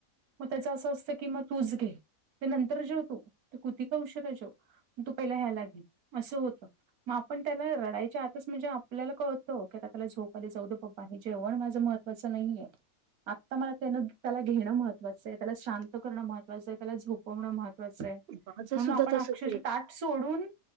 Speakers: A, on the right; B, on the right.
A: मग त्याच असं असतं की मग तूच घे ते नंतर जेव तू तू किती पण उशीरा जेव. तू पहिला ह्याला घे असं होत. मग आपण त्याला रडायच्या आतच म्हणजे आपल्याला कळत की आता त्याला झोप आलेय जाऊदे बाबा हे जेवण माझं मह त्वाच नाहीये. आत्ता मला त्यान त्याला घेणं महत्वाचं आहे त्याला शांत करणं महत्वाचं आहे त्याला झोपवणं मह त्वाच आहे
B: माझं
A: म्हणून
B: सुद्धा
A: आपण
B: तसच
A: अक्षरशः
B: आहे
A: ताट सोडून